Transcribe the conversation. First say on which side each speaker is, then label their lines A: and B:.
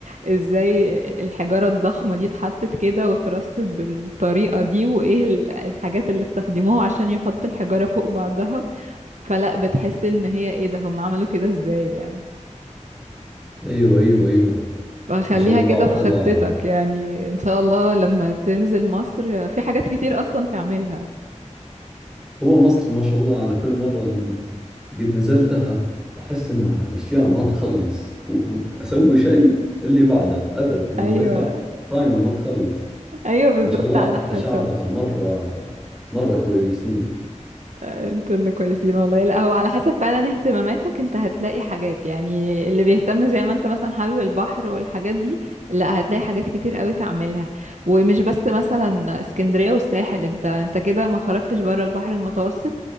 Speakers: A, on the right; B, in the centre.
A: ازاي الحجارة الضخمة دي اتحطت كده واترصت بالطريقة دي وايه ال- الحاجات اللي استخدموها عشان يحطوا الحجارة فوق بعضها فلا بتحس ان هي ايه ده هم عملوا كده ازاي يعني
B: ايوه ايوه ايوه
A: فخليها
B: ما شاء الله
A: كده في
B: والله
A: خطتك يعني ان شاء الله لما تنزل مصر آه، في حاجات كتير اصلا تعملها
B: هو مصر ما شاء الله أنا كل مرة ن- قد نزلتها أحس إنها الأشياء ما تخلص و- وأسوي شيء اللي بعده أبد ما
A: ايوه
B: ما يخ- قايمة ما تخلص
A: ايوه بالظبط
B: ما شاء الله
A: على
B: حتى
A: حسب
B: شعبها مرة مرة كويسين
A: آه، انتوا اللي كويسين والله لا هو على حسب فعلا اهتماماتك انت هتلاقي حاجات يعني اللي بيهتم زي ما انت مثلا حابب البحر والحاجات دي لا هتلاقي حاجات كتير قوي تعملها ومش بس مثلا اسكندرية والساحل انت انت كده ما خرجتش بره البحر المتوسط